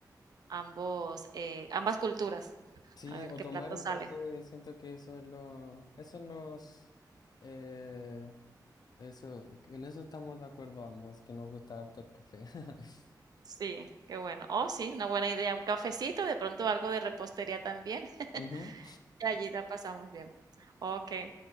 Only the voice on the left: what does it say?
Sí,
o
tomar
un
café. Siento que eso es lo... Eso nos... eh, eso, en eso estamos de acuerdo ambos, que nos gusta harto el café. <laughs>
Ujú.